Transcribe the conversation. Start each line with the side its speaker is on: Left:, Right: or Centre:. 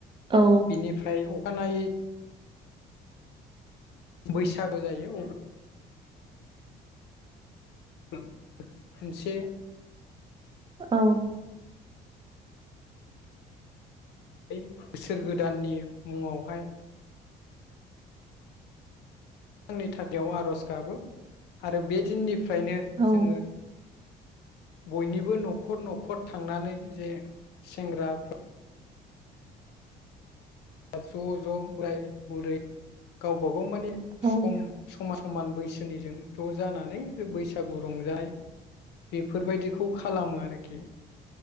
Right: औ
Left: बिनिफ्राय अ खानायै बैसागु जायो अब ब्ला मोनसे
Right: औ
Left: बै बोसोर गोदाननि मुङावहाय आंनि थाखायाव आरज गाबो आरो बे दिननि फ्रायनो
Right: औ
Left: जोङो बयनिबो नखर नखर थांनानै जे सेंग्राफ्रा ज ज बोराय बुरै गावबा गाव माने
Right: औ
Left: सम समाज समान बैसोनिजों ज जानानै बैसागु रंजा बेफोरबायदिखौ खालामो आरोखि।